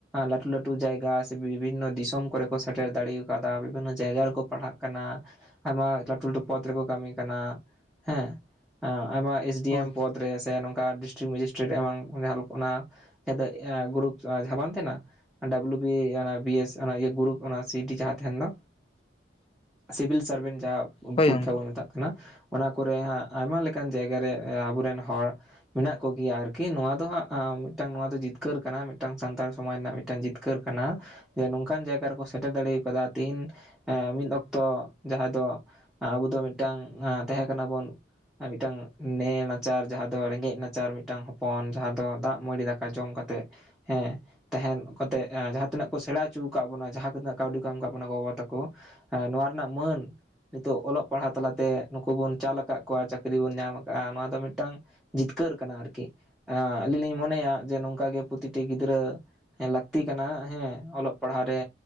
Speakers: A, in the centre; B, on the left.
A: ᱞᱟᱹᱴᱩ ᱞᱟᱹᱴᱩ ᱡᱟᱭᱜᱟ ᱥᱮ ᱵᱤᱵᱷᱤᱱᱱᱚ ᱫᱤᱥᱚᱢ ᱠᱚᱨᱮ ᱠᱚ ᱥᱮᱴᱮᱨ ᱫᱟᱲᱮᱣ ᱠᱟᱫᱟ ᱵᱤᱵᱷᱤᱱᱱᱚ ᱡᱟᱭᱜᱟ ᱨᱮᱠᱚ ᱯᱟᱲᱦᱟᱜ ᱠᱟᱱᱟ᱾ ᱟᱭᱢᱟ ᱞᱟᱹᱴᱩ ᱞᱟᱹᱴᱩ ᱯᱚᱫ ᱨᱮᱠᱚ ᱠᱟᱹᱢᱤ ᱠᱟᱱᱟ ᱦᱮᱸ ᱟᱭᱢᱟ ᱮᱥᱼᱼ ᱰᱤ
B: ᱦᱳᱭ
A: ᱮᱢ ᱯᱚᱫᱽ ᱨᱮ ᱥᱮ ᱱᱚᱝᱠᱟ ᱰᱤᱥᱴᱨᱤᱠ ᱢᱮᱡᱤᱥᱴᱨᱮᱴ ᱮᱢᱟᱱ ᱡᱟᱦᱟᱸ ᱚᱱᱟᱼᱼ ᱡᱟᱦᱟᱸ ᱫᱚ ᱜᱨᱩᱯ ᱡᱟᱸᱦᱟ ᱵᱟᱝ ᱛᱟᱦᱮᱸᱱᱟ? ᱰᱟᱵᱞᱩ ᱵᱤ ᱚᱱᱟ ᱵᱤ ᱮᱥ ᱚᱱᱟ ᱤᱭᱟᱹ ᱜᱨᱩᱯ ᱚᱱᱟ ᱥᱤᱴᱤ ᱡᱟᱦᱟᱸ ᱛᱟᱦᱮᱸᱱ ᱫᱚ᱾ ᱥᱤᱵᱤᱞ ᱥᱟᱨᱵᱷᱮᱱᱴ ᱡᱟᱦᱟᱸ
B: ᱦᱳᱭ
A: ᱯᱚᱨᱤᱠᱠᱷᱟ
B: ᱜᱚᱝᱠᱮ
A: ᱵᱚᱱ ᱢᱮᱛᱟᱜ ᱠᱟᱱᱟ᱾ ᱚᱱᱟ ᱠᱚᱨᱮ ᱦᱟᱸᱜ ᱟᱭᱢᱟ ᱞᱮᱠᱟᱱ ᱡᱟᱭᱜᱟ ᱨᱮ ᱟᱵᱚᱨᱮᱱ ᱦᱚᱲ ᱢᱮᱱᱟᱜ ᱠᱚᱜᱮᱭᱟ ᱟᱨᱠᱤ᱾ ᱠᱤ ᱱᱚᱣᱟ ᱫᱚ ᱦᱟᱸᱜ ᱢᱤᱫᱴᱟᱝ ᱱᱚᱣᱟ ᱫᱚ ᱡᱤᱛᱠᱟᱹᱨ ᱠᱟᱱᱟ ᱢᱤᱫᱴᱟᱝ ᱥᱟᱱᱛᱟᱲ ᱥᱚᱢᱟᱡᱽ ᱨᱮᱱᱟᱜ ᱢᱤᱫᱴᱟᱝ ᱡᱤᱛᱠᱟᱹᱨ ᱠᱟᱱᱟ᱾ ᱡᱮ ᱱᱚᱝᱼᱠᱟᱱ ᱡᱟᱭᱜᱟ ᱨᱮᱠᱚ ᱥᱮᱴᱮᱨ ᱫᱟᱲᱮᱣ ᱠᱟᱫᱟ ᱛᱤᱦᱤᱱ ᱮ ᱢᱤᱫ ᱚᱠᱛᱚ ᱡᱟᱦᱟᱸᱭ ᱫᱚ᱾ ᱟᱵᱚ ᱫᱚ ᱢᱤᱫᱴᱟᱝ ᱛᱟᱦᱮᱸ ᱠᱟᱱᱟ ᱵᱚᱱ ᱟᱨ ᱢᱤᱫ ᱴᱟᱝ ᱱᱮ ᱱᱟᱪᱟᱨ ᱡᱟᱦᱟᱸ ᱫᱚ ᱨᱮᱸᱜᱮᱡ ᱱᱟᱪᱟᱨ ᱢᱤᱫᱴᱟᱝ ᱦᱚᱼᱼ ᱦᱚᱯᱚᱱ ᱡᱟᱦᱟᱸ ᱫᱚ ᱫᱟᱜ ᱢᱟᱹᱲᱤ ᱫᱟᱠᱟ ᱡᱚᱢ ᱠᱟᱛᱮᱜ ᱦᱮᱸᱼᱼ ᱛᱟᱦᱮᱱ ᱠᱟᱛᱮᱜ ᱡᱟᱦᱟᱸ ᱛᱤᱱᱟᱹᱜ ᱠᱚ ᱥᱮᱬᱟ ᱦᱚᱪᱩ ᱠᱟᱫ ᱵᱚᱱᱟ ᱡᱟᱦᱟᱸ ᱛᱤᱱᱟᱹᱜ ᱠᱟᱹᱣᱰᱤ ᱠᱚ ᱮᱢ ᱠᱟᱟᱜ ᱵᱚᱱᱟ ᱜᱚ ᱵᱟᱵᱟ ᱛᱟᱠᱚᱼᱼ ᱦᱮᱸ ᱱᱚᱣᱟ ᱨᱮᱱᱟᱜ ᱢᱟᱹᱱ ᱱᱤᱛᱚᱜ ᱚᱞᱚᱜ ᱯᱟᱲᱦᱟᱜ ᱛᱟᱞᱟᱛᱮ ᱱᱩᱠᱩ ᱵᱚᱱ ᱪᱟᱞ ᱟᱠᱟᱫ ᱠᱚᱣᱟ ᱪᱟᱹᱠᱨᱤ ᱵᱚᱱ ᱧᱟᱢ ᱟᱠᱟᱫᱼᱟ ᱱᱚᱣᱟ ᱫᱚ ᱢᱤᱫ ᱴᱟᱝ ᱡᱤᱛᱠᱟᱹᱨ ᱠᱟᱱᱟ ᱟᱨᱠᱤ ᱮᱸ ᱟᱹᱞᱤᱧ ᱞᱤᱧ ᱢᱚᱱᱮᱭᱟ ᱡᱮ ᱱᱚᱝᱠᱟᱜᱮ ᱯᱨᱚᱛᱤᱴᱤ ᱜᱤᱫᱽᱨᱟᱹ ᱮ ᱞᱟᱹᱠᱛᱤ ᱠᱟᱱᱟ ᱦᱮᱸ ᱚᱞᱚᱜ ᱯᱟᱲᱦᱟᱜ ᱨᱮ